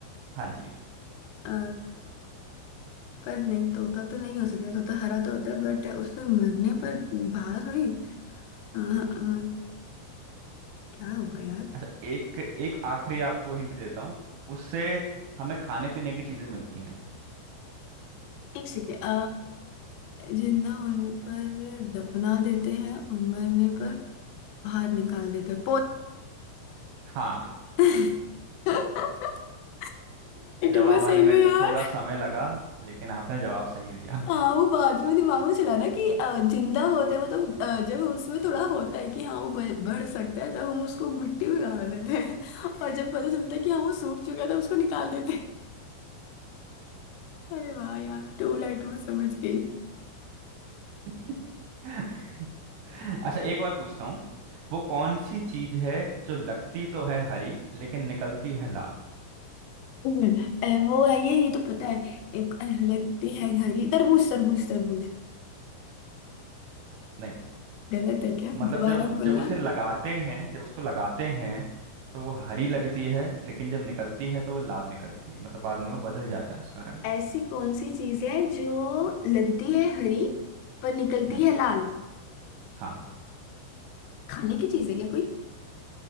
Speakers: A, on the right; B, on the left.
A: हाँ जी
B: अ, पर नहीं तोता तो नहीं हो सकता तोता हरा तो होता है बट उसमें मरने पर बाहर थोड़ी अ, अ, क्या होगा यार
A: अच्छा एक एक आखिरी आपको हिंट देता हूँ उससे हमें खाने पीने की चीजें मिलती हैं
B: एक सेकेंड अ, जिंदा होने पर दफना देते हैं और मरने पर बाहर निकाल देते हैं
A: हाँ
B: पौधा <laughs> ट्यूबलाइटों
A: जवाब
B: में सही
A: आने में
B: में यार
A: थोड़ा समय लगा लेकिन आपने जवाब सही दिया
B: हाँ वो बाद में दिमाग में चला ना कि अ, जिंदा होते मतलब अ, जब उसमें थोड़ा होता है कि हाँ वो बढ़ बढ़ सकता है तब हम उसको मिट्टी में गाड़ देते हैं और जब पता चलता है कि हाँ वो सूख चुका है तब उसको निकाल देते हैं अरे वाह यार ट्यूबलाइट में समझ गई
A: <laughs> <laughs> अच्छा एक और पूछता हूँ वो कौन सी चीज है जो लगती तो है हरी लेकिन निकलती है लाल
B: हम्म, अ, वो है ये ये तो पता है एक अ, लगती है घड़ी तरबूज तरबूज तरबूज
A: नहीं
B: गलत है क्या
A: मतलब
B: दोबारा
A: जब
B: बोलना
A: जब उसे लगाते हैं जब उसको लगाते हैं तो वो हरी लगती है लेकिन जब निकलती है तो वो लाल निकलती है मतलब बाद में वो बदल जाता है उसका रंग
B: ऐसी कौन सी चीज है जो लगती है हरी पर निकलती
A: हम्म
B: है लाल
A: हाँ
B: खाने की चीज है क्या कोई